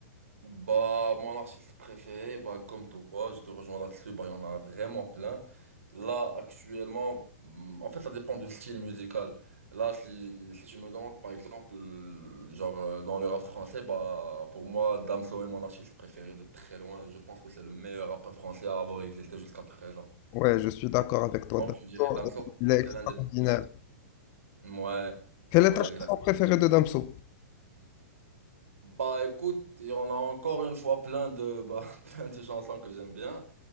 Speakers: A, on the right; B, on the left.
A: Bah, mon artiste préféré, bah, comme toi, je te rejoins là-dessus, bah, il y en a vraiment plein. Là, actuellement, hmm, en fait, ça dépend du style musical. Là, si, si tu me demandes, par exemple, euh, genre, euh, dans le rap français, bah, pour moi, Damso est mon artiste préféré de très loin. Je pense que c'est le meilleur rappeur français à avoir existé jusqu'à présent.
B: Ouais, je suis d'accord avec toi.
A: Donc,
B: Damso,
A: je dirais Damso
B: euh,
A: parce
B: il
A: que
B: est
A: c'est
B: extraordinaire.
A: l'un des meilleurs. Ouais,
B: Quelle
A: ouais,
B: est ta chanson
A: exact.
B: préférée de Damso?
A: Bah, écoute, il y en a encore une fois plein de, bah, <laughs> plein de chansons que j'aime bien.